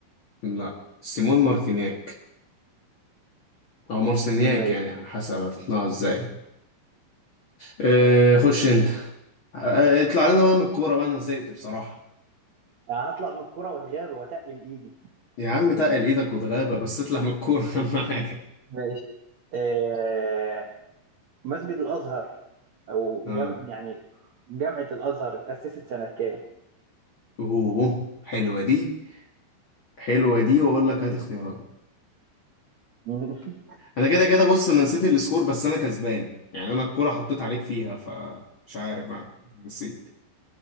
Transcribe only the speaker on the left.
لا سيمون مارتينياك أو مارسينياك
يعني على حسب هتتنقى ازاي آه، خش أنت آه، اطلع لنا بقى من الكورة بقى أنا زهقت بصراحة
يا عم تقل إيدك وتغابة بس اطلع من الكورة <laughs> أهم حاجة
اه
أوه حلوة دي حلوة دي وأقول لك هات اختيارات
انا كده كده بص انا نسيت السكور بس انا كسبان يعني انا الكرة حطيت عليك فيها فمش عارف بقى نسيت